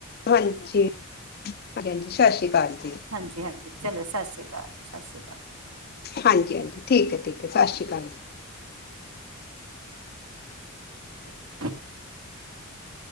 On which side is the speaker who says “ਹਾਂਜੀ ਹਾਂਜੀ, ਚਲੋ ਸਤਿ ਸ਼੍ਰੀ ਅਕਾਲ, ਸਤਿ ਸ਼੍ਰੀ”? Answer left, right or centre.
Right